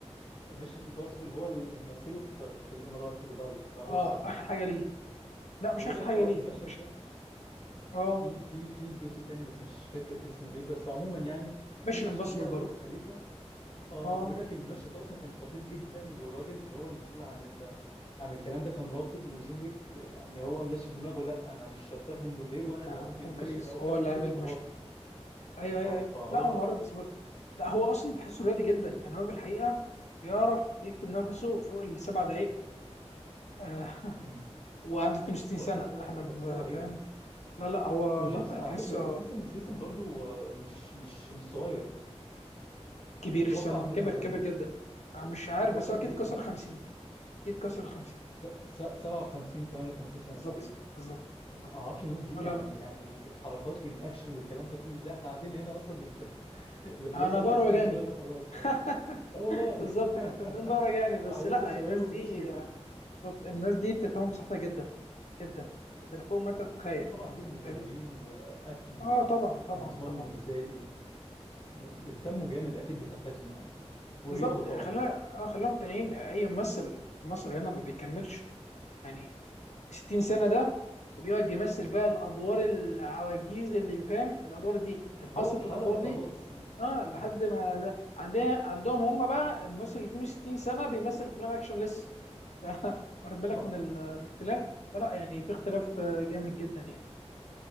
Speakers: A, on the left; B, on the left.
A: ميشن امبوسيبل هو اللي مثله في في الإمارات في دبي على برج
B: اه
A: خليفة
B: اخر حاجه ليه لا
A: بقول
B: مش اخر
A: لك
B: حاجه
A: اه
B: ليه
A: المشهد
B: مش
A: ده
B: اه
A: في في في جزء تاني بس مش فاكر اسمه ايه بس عموما يعني
B: ميشن
A: في مشهد
B: امبوسيبل
A: ليه على
B: برضه
A: برج خليفة اه
B: اه
A: اه بقول لك المشهد ده اصلا كان خطير جدا والراجل اللي هو المسؤول عن ال... عن الكلام ده كان رافض وجون ويك يعني هو منشف دماغه لا انا مش هستخدم دوبلير وانا اللي
B: آه،
A: هقوم بالمشهد
B: توم كريز
A: ده وفعلا
B: هو اللي
A: جاله
B: عامل
A: اصابات
B: ميشن
A: يعني
B: ايوه ايوه
A: اه
B: ايوه
A: فهو
B: لا هو معرض للإصابات لا هو اصلا تحسه رياضي جدا يعني هو في الحقيقه بيعرف يكتب نفسه فوق السبع دقايق آه <laughs>
A: امم
B: وعنده 62 سنه
A: هو شخصيه
B: احنا
A: شخصيه
B: ب-
A: رهيبه
B: فاهم لا لا هو
A: وجيسون
B: لا
A: على
B: تحسه
A: فكره جيسون ستاثام برضو آه، مش مش مش صغير
B: كبير
A: تتوقع
B: في السن
A: عنده
B: كبر
A: كام سنه
B: كبر جدا انا مش عارف
A: تتوقع
B: بس هو
A: اديله
B: اكيد كسر
A: كده كام
B: 50
A: سنه
B: اكيد كسر 50
A: س- س- 57 58 سنه
B: بالظبط
A: تقريبا
B: بالظبط بالظبط
A: أنا ما اعرفش الناس دي
B: آه، لا
A: يعني
B: لا
A: يعني ال- الحركات والاكشن والكلام ده كله ازاي احنا قاعدين هنا اصلا ال- <laughs> اللي بيوصل
B: انا ضهري
A: 50
B: وجعني
A: سنه ده خلاص
B: <laughs>
A: يعني اه والله
B: بالظبط
A: لا
B: انت بتقول ضهري وجعني بس
A: <laughs> احنا
B: لا
A: لسه شباب
B: الناس
A: وبنشتكي
B: دي الناس دي بتفهم صحتها جدا جدا جدا فوق ما انت تتخيل
A: لكن طبعا ليهم مدربين
B: فاهمني
A: واكل
B: اه طبعا طبعا
A: ونظام
B: طبعا
A: غذائي وبيهتموا جامد اكيد بصحتهم يعني والرياضه
B: بالظبط
A: طبعا
B: خلينا اه خلينا مقتنعين اي ممثل في مصر هنا ما بيكملش يعني 60 سنه ده وبيقعد يمثل بقى الادوار العواجيز اللي بيفهم الادوار دي الحاصل
A: هو اتحرق
B: في الادوار
A: خلاص
B: دي
A: يعني
B: اه
A: مم.
B: لحد ما ده عندنا عندهم هم بقى الممثل 62 سنه بيمثل افلام اكشن لسه <laughs> ده واخد بالك
A: صح
B: من ال- الاختلاف فلا يعني في اختلاف آه، جامد جدا يعني